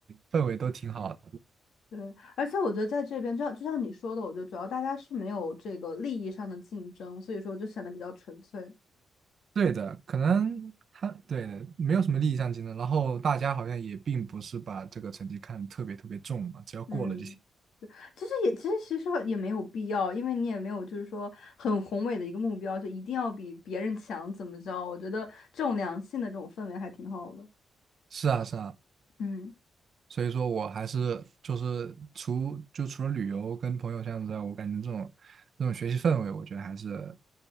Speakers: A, on the right (about 45°); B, on the left (about 80°).
A: 氛围都挺好的。
B: 对，而且我觉得在这边，就像就像你说的，我觉得主要大家是没有这个利益上的竞争，所以说就显得比较纯粹。
A: 对的，可能他对的没有什么利益上竞争，然后大家好像也并不是把这个成绩看得特别特别重嘛，只要过了就行。
B: 嗯，对其实也其实其实也没有必要，因为你也没有就是说很宏伟的一个目标，就一定要比别人强怎么着？我觉得这种良性的这种氛围还挺好的。
A: 是啊，是啊，
B: 嗯
A: 所以说我还是就是除就除了旅游跟朋友相处之外，我感觉这种这种学习氛围，我觉得还是